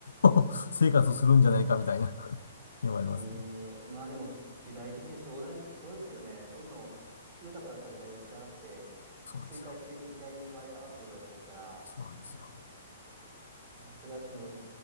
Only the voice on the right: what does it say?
えー、まあでも、す時代的にそうなり、そうですよね。どんどん豊かだった時代を知らなくて、
衰退していく時代に生まれ合わせてるわけですから、
いやー、それは気の毒。